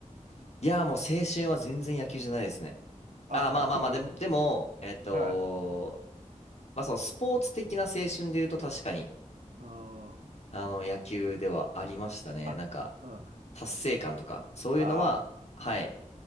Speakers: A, on the left (about 55°); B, on the right (about 80°).
A: <laughs> いや、もう青春は全然野球じゃないですね。
B: あ、
A: あ、まあまあまあ、
B: なんか違うね。
A: でも、でも、えっと、
B: はい。
A: まあそのスポーツ的な青春で言うと確かに、
B: うーん。
A: あの、野球ではありましたね。
B: あ、
A: なんか、
B: うん。
A: 達成感とか、そういうのは、
B: あー
A: はい、